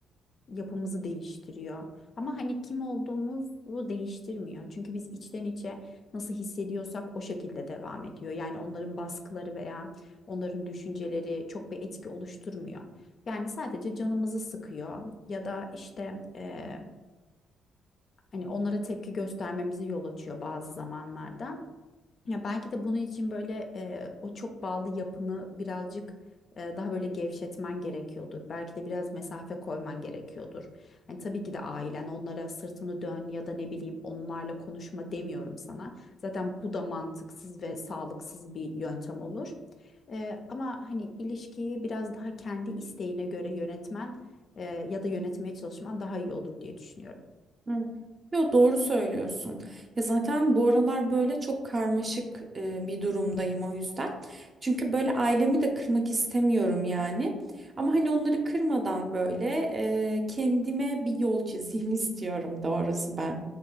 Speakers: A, on the left (about 45°); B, on the right (about 35°).
A: yapımızı değiştiriyor. Ama hani kim olduğumuzu değiştirmiyor. Çünkü biz içten içe nasıl hissediyorsak o şekilde devam ediyor. Yani onların baskıları veya Onların düşünceleri çok bir etki oluşturmuyor. Yani sadece canımızı sıkıyor ya da işte eee, hani onlara tepki göstermemizi yol açıyor bazı zamanlarda. Ya belki de bunun için böyle e, o çok bağlı yapını birazcık e, daha böyle gevşetmen gerekiyordur. Belki de biraz mesafe koyman gerekiyordur. Hani tabii ki de ailen onlara sırtını dön ya da ne bileyim onlarla konuşma demiyorum sana. Zaten bu da mantıksız ve sağlıksız bir yöntem olur. E, ama hani ilişkiyi biraz daha kendi isteğine göre yönetmen e, ya da yönetmeye çalışman daha iyi olur diye düşünüyorum.
B: Hı. Yo doğru söylüyorsun. Ya zaten bu aralar böyle çok karmaşık e, bir durumdayım o yüzden. Çünkü böyle ailemi de kırmak istemiyorum yani. Ama hani onları kırmadan böyle e, kendime bir yol çizeyim <laughs> istiyorum doğrusu ben.